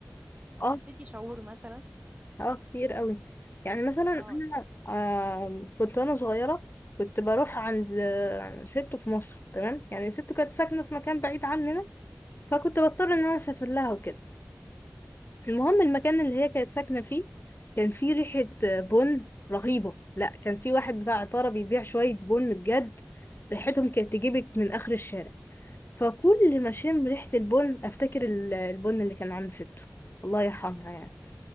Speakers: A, on the right (about 30°); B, on the left (about 50°).
A: أو
B: اه
A: حسيتي شعور مثلا
B: اه كتير قوي يعني مثلا
A: أو
B: انا آه كنت وانا صغيره كنت بروح عند آه، ست في مصر تمام يعني ست كانت ساكنه في مكان بعيد عننا فكنت بضطر
A: <laughs>
B: ان انا اسافر لها وكده المهم المكان اللي هي كانت ساكنه فيه كان فيه ريحه آه، بن رهيبه لا كان في واحد بتاع عطاره بيبيع شويه بن بجد ريحتهم كانت تجيبك من اخر الشارع فكل ما اشم ريحه البن افتكر ال- البن اللي كان عند ست الله يرحمها يعني